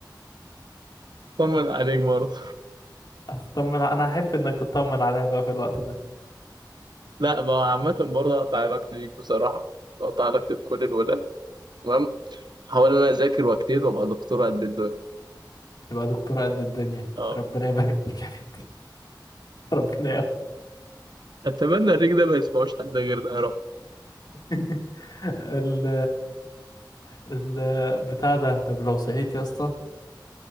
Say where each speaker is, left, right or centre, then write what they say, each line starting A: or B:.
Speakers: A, on the right; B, on the left.
A: طمن عليك برضه
B: هتطمن انا احب انك تطمن عليا بقى في الوقت ده
A: لا بقى عامة برضه هقطع علاقتي بيك بصراحة هقطع علاقتي بكل الولاد تمام هحاول إن أنا أذاكر وأجتهد وأبقى دكتور قد الدنيا
B: تبقى دكتورة قد الدنيا
A: اه
B: ربنا يبارك لك يا بنتي <laughs> ربنا يا
A: اتمنى الريك ده ما يسمعوش حد غير ده يا رب
B: <laughs> ال ال بتاع ده طب لو صحيت يا اسطى